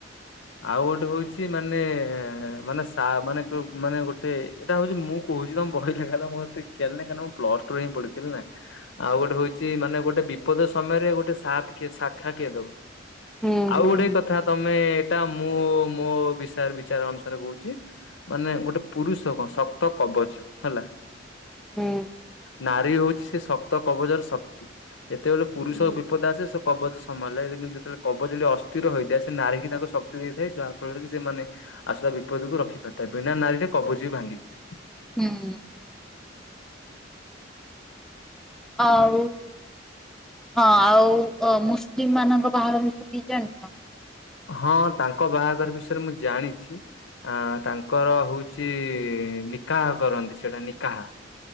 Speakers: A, on the left; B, in the centre.
A: ଆଉ ଗୋଟେ ହଉଛି ମାନେ ମାନେ ସା ମାନେ ମାନେ ଗୋଟେ ଏଇଟା ହେଉଛି ମୁଁ କହୁଛି ତମ ବହି ଲେଖା ତ ମୋତେ ଜ୍ଞାନ କାହିଁ ପ୍ଲସ ଟୁ ହିଁ ପଢିଥିଲେ ନା ଆଉ ଗୋଟେ ହଉଛି ମାନେ ଗୋଟେ ବି ବିପଦ ସମୟରେ ଗୋଟେ ସାଥ କିଏ ଶାଖା କିଏ ଦବ
B: ହୁଁ
A: ଆଉ
B: ହୁଁ ହୁଁ
A: ଗୋଟେ କଥା ତମେ ଏଇଟା ମୁଁ ମୋ ବିଷୟ ବିଚାର ଅନୁସାରେ କହୁଛି ମାନେ ଗୋଟେ ପୁରୁଷ କଣ ଶକ୍ତ କବଚ ହେଲା
B: ହୁଁ।
A: ନାରୀ ହଉଛି ସେ ଶକ୍ତ କବଚର ଶକ୍ତି ଯେତେବେଳେ ପୁରୁଷ
B: ହୁଁ।
A: ବିପଦ ଆସେ ସେ କବଚ ସମୟ ହେ ଯେତେବେଳେ କବଚ ଯଦି ଅସ୍ଥିର ହୋଇଯଏ ସେ ନାରି କି ତା ଶକ୍ତି ଦେଇଥାଏ ଯାହା ଫଳରେ କି ସେମାନେ ଆସୁ ବିପଦକୁ ରଖି ପାରିଥାଏ ବିନା ନାରୀରେ କବୁଚା ବି ଭାଙ୍ଗିଯାଏ
B: ହୁଁ ଆଉ ହଁ ଆଉ ଅ ମୁସଲିମ ମାନଙ୍କ ବାହାଘର ବିଷୟରେ କିଛି ଜାଣିଛ?
A: ହଁ ତାଙ୍କ ବାହାଘର ବିଷୟରେ ମୁଁ ଜାଣିଛି। ଅ ତାଙ୍କର ହଉଛି ନିକାହ କରନ୍ତି ସେଇଟା ନିକାହା।